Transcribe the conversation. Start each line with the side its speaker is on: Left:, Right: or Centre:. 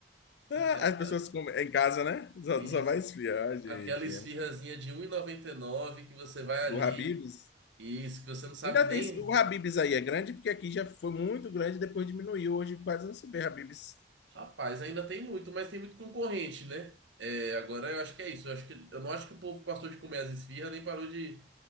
Left: Ah,
Right: Aqui-
Left: As pessoas comem é em casa, né? Só,
Right: Isso.
Left: só vai esfriar, gente.
Right: Aquela esfirrazinha
Left: É.
Right: de um e e noventa e nove que você vai
Left: Do
Right: ali
Left: Habib's.
Right: e isso que você não sabe
Left: Ainda
Right: nem.
Left: tem o Habibs aí, é grande, porque aqui já foi muito grande, depois diminuiu. Hoje quase não se vê Habibs.
Right: Rapaz, ainda tem muito, mas tem muito concorrente, né? É, agora eu acho que é isso. Eu acho que, eu não acho que o povo passou de comer as esfirras, nem parou de